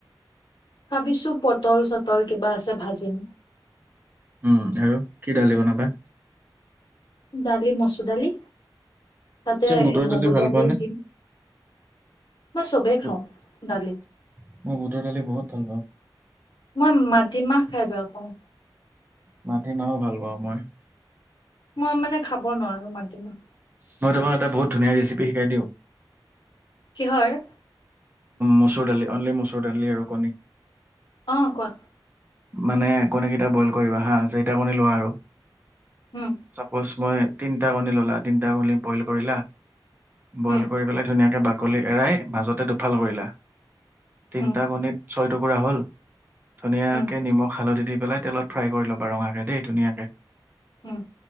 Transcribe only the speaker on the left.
ভাবিছো পটল- চটল কিবা আছে ভাজিম।
দালি মচুৰ দালি তাতে
মগু
দালিও
দিম। মই চবেই
খাওঁ দালি
মই মাটিমাহ খাই বেয়া পাওঁ।
মই মানে খাব নোৱাৰো মাটিমাহ।
কিহৰ?
অহ, কোৱা।
উম
উম
উম
উম
উম